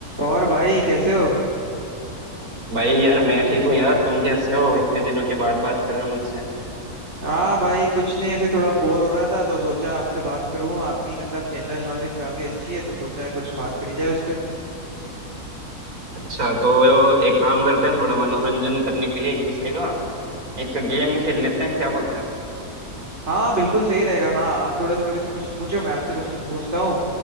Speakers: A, on the right; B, on the right.
A: और भाई कैसे हो
B: भाई यार मैं ठीक हूँ यार तुम कैसे हो इतने दिनों के बाद बात कर रहे हो मुझसे
A: हाँ भाई कुछ नहीं ऐसे थोड़ा बोर हो रहा था तो सोचा आपसे बात करूं आपकी मतलब जनरल नॉलेज काफी अच्छी है तो सोचा कुछ बात करी जाए उस पे
B: अच्छा तो एक काम करते हैं थोड़ा मनोरंजन करने के लिए एक दूसरे का एक गेम खेल लेते हैं क्या बोलते हो
A: हाँ बिल्कुल सही रहेगा हाँ आप थोड़ा सा मेरे से क्वेश्चन पूछो मैं आपसे क्वेश्चन पूछता हूँ